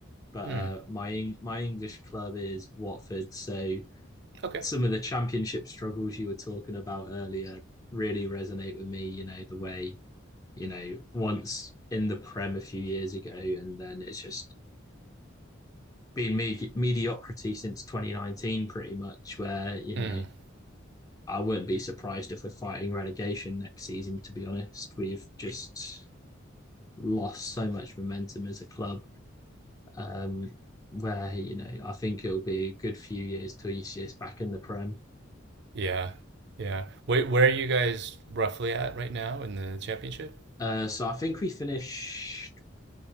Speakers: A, on the left; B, on the right.
A: but
B: Hmm.
A: uh, my my English club is Watford. So
B: okay,
A: some of the championship struggles you were talking about earlier really resonate with me. You know the way you know, once in the Prem a few years ago, and then it's just been me- mediocrity since 2019, pretty much. Where you
B: Hmm.
A: know, I wouldn't be surprised if we're fighting relegation next season. To be honest, we've just lost so much momentum as a club. Um, where you know, I think it'll be a good few years till you see us back in the Prem.
B: yeah, yeah. Wait, where are you guys roughly at right now in the championship?
A: Uh, so I think we finished